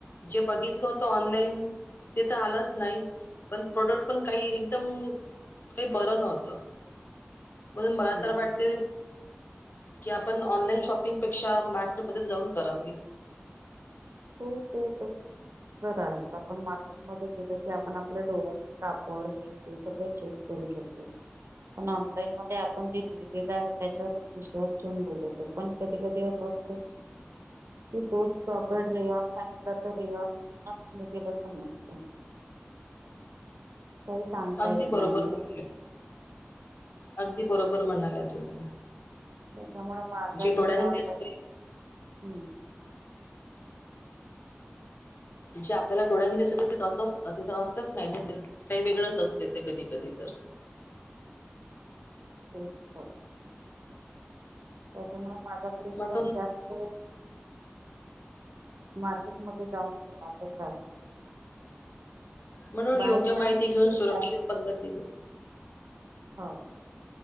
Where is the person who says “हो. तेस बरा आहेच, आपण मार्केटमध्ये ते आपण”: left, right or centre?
Right